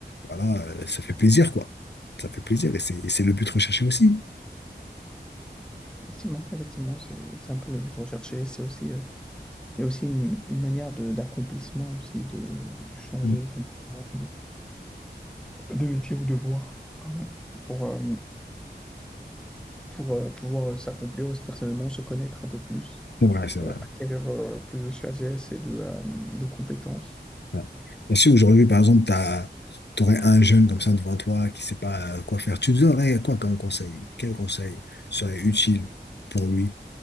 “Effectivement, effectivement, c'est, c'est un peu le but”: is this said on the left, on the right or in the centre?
Centre